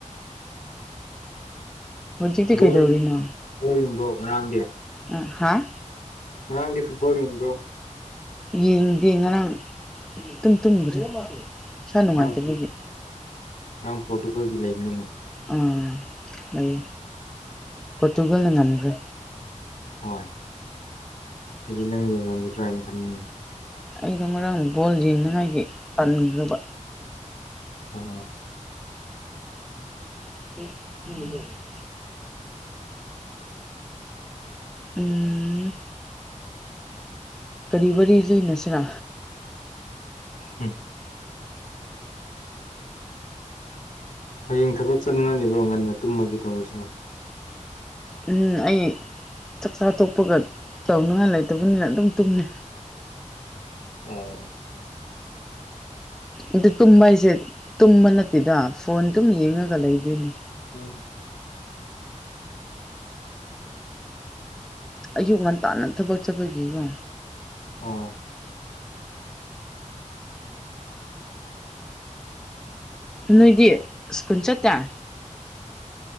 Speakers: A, in the centre; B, on the left.
A: ꯍꯧꯖꯤꯛꯤ
B: ꯕꯣꯜ
A: ꯀꯩꯗꯧꯔꯤ
B: ꯌꯦꯡꯕ꯭ꯔꯣ
A: ꯅ
B: ꯕꯣꯜ ꯌꯦꯡꯕ꯭ꯔꯣ ꯉꯔꯥꯡꯗꯤ
A: ꯑ ꯍꯥꯥ
B: ꯔꯥꯡꯗꯤ ꯐꯨꯠꯕꯣꯜ ꯌꯦꯡ꯭ꯔꯣ
A: ꯌꯦꯡꯗꯦ ꯉꯔꯥꯡ ꯇꯨꯝ ꯇꯨꯝꯈ꯭ꯔꯦ ꯏꯁꯥ ꯅꯨꯡꯉꯥꯏꯇꯕꯒꯤ
B: ꯉꯔꯥꯡ ꯉꯔꯥꯡ ꯄꯣꯔꯇꯨꯒꯜꯒꯤ ꯂꯩꯕꯅꯤꯅꯦ
A: ꯑꯥ ꯂꯩꯌꯦ ꯄꯣꯔꯇꯨꯒꯜꯅ ꯉꯝꯈ꯭ꯔꯦ
B: ꯍꯣꯏ ꯍꯥꯏꯗꯤ ꯅꯪ ꯌꯦꯡꯔꯝꯒꯗ꯭ꯔꯥ ꯍꯥꯏꯅ ꯈꯟꯅꯤꯅꯦ
A: ꯑꯩꯗꯣ ꯉꯔꯥꯡ ꯕꯣꯜ ꯌꯦꯡꯅꯉꯥꯏꯒꯤ ꯄꯥꯝꯅꯤꯡꯕ
B: ꯎꯝ
A: ꯎ
B: ꯎꯝ
A: ꯎꯝ ꯀꯔꯤ ꯋꯥꯔꯤ ꯂꯩꯅꯁꯤꯔꯥ
B: ꯎꯝ ꯍꯌꯦꯡ ꯊꯕꯛ ꯆꯪꯅꯤꯡꯉꯕ꯭ꯔꯣ ꯉꯟꯅ ꯇꯨꯝꯃꯒꯒꯤ ꯇꯧꯔꯁꯨ
A: ꯎꯝ ꯑꯩ ꯆꯥꯛꯆꯥ ꯊꯣꯛꯣꯛꯄꯒ ꯇꯧꯅꯤꯡꯉꯥꯏ ꯂꯩꯇꯕꯅꯤꯅ ꯑꯗꯨꯝ ꯇꯨꯝꯃꯦ
B: ꯑꯣ
A: ꯑꯗꯨ ꯇꯨꯝꯕ ꯍꯥꯏꯁꯦ ꯇꯨꯝꯕ ꯅꯠꯇꯦꯗ ꯐꯣꯟꯗꯨꯝ ꯌꯦꯡꯉꯒ ꯂꯩꯗꯣꯏꯅꯦ
B: ꯎꯝ
A: ꯑꯌꯨꯛ ꯉꯟꯇꯥꯟꯅ ꯊꯕꯛ ꯆꯠꯄꯒꯤꯀꯣ
B: ꯑꯣ
A: ꯅꯣꯏꯗꯤ ꯁꯁꯀꯨꯜ ꯆ ꯇꯌꯥ